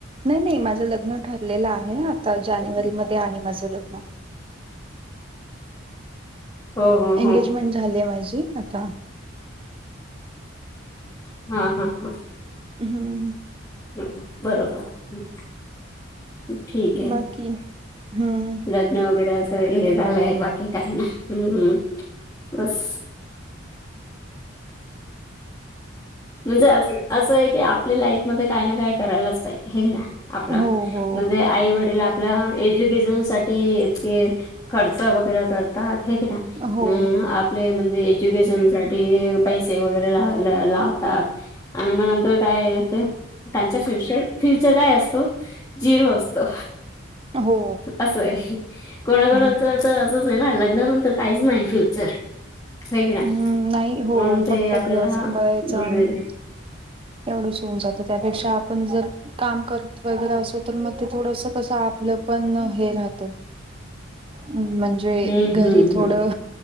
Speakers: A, on the right (about 25°); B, on the left (about 20°).
A: नई नई माझं लग्न ठरलेलं आहे आता जानेवारीमध्ये आहे माझं लग्न.
B: हो हो
A: एंगेजमेंट
B: हो
A: झालीये माझी आता.
B: हा हा हा.
A: हम्म.
B: हो बरोबर हम्म. ठीक ये
A: बाकी हम्म
B: लग्न वगैरे असं हे झालंय. बाकी काय नाय हम्म बस. म्हणजे असंय की आपल्या लाईफ मध्ये काय ना काय. करायलाच पाहिजे आप म्हणजे
A: हो हो
B: आई वडील आपल्या एज्युकेशन साठी. ते खर्च वगैरे करतात हे की नाय.
A: हो
B: आपले म्हणजे एज्युकेशन साठी पैसे वगैरे ला लाव. आणि मग नंतर काय ते त्यांच्या फ्युचर फ्युचर काय असतो. जीव असतो.
A: हो
B: असं होय कोणाकोणाच
A: हम्म
B: तर असंच ये ना लग्नानंतर. काहीच नाही फ्युचर. हे की नाही
A: हम् नाही हो
B: म्हणून ते
A: फक्त
B: आपल्याला
A: घर सांभाळायचं
B: म्हणजे
A: आणि हे. एवढंच होऊन जातं त्यापेक्षा आपण जर. काम करत वगैरे असो तर मग ते थोडस कसं आपलं पण हे राहत. हम् म्हणजे
B: हम्म
A: घरी
B: हम्म
A: थोडं.
B: हम्म